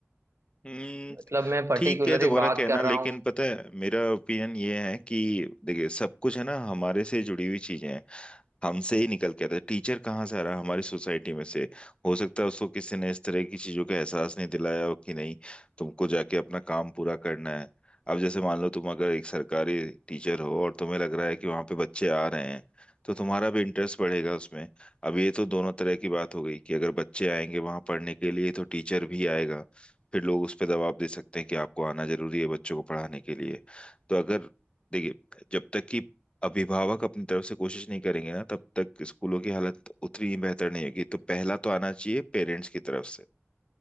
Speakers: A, on the left (about 25°); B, on the right (about 75°).
A: हम्म,
B: मतलब मैं पर्टिकुलरली
A: ठीक है तुम्हारा
B: बात
A: कहना
B: कर रहा
A: लेकिन
B: हूँ
A: पता है मेरा ओपिनियन ये है कि देखिए सब कुछ है ना हमारे से जुड़ी हुई चीजें हैं हमसे ही निकल के आता है टीचर कहाँ से आ रहा है हमारी सोसाइटी में से हो सकता है उसको किसी ने इस तरह की चीजों का एहसास नहीं दिलाया हो कि नहीं तुमको जाके अपना काम पूरा करना है अब जैसे मान लो तुम अगर एक सरकारी टीचर हो और तुम्हें लग रहा है कि वहां पे बच्चे आ रहे हैं तो तुम्हारा भी इंटरेस्ट बढ़ेगा उसमें अब ये तो दोनों तरह की बात हो गई कि अगर बच्चे आएंगे वहां पढ़ने के लिए तो टीचर भी आएगा फिर लोग उस पर दबाव दे सकते हैं कि आपको आना जरूरी है बच्चों को पढ़ाने के लिए तो अगर देखिए जब तक कि अभिभावक अपनी तरफ से कोशिश नहीं करेंगे ना तब तक स्कूलों की हालत उतनी ही बेहतर नहीं होगी तो पहला तो आना चाहिए पेरेंट्स की तरफ से